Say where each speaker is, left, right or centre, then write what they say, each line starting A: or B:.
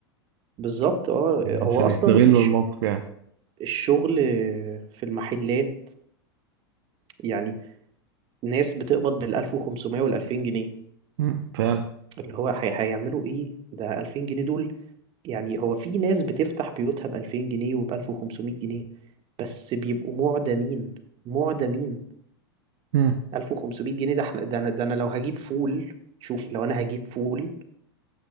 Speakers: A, on the right; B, on the right.
A: بالظبط اه هو
B: عشان
A: اصلا
B: يستغلوا
A: الش-
B: الموقف يعني
A: الشغل في المحلات يعني ناس بتقبض بال 1500 وال 2000 جنيه
B: مم. فعلا
A: اللي هو هي- هيعملوا ايه ده 2000 جنيه دول يعني هو في ناس بتفتح بيوتها ب 2000 جنيه وب 1500 جنيه بس بيبقوا معدمين معدمين
B: مم.
A: 1500 جنيه ده احنا ده انا ده انا لو هجيب فول شوف لو انا هجيب فول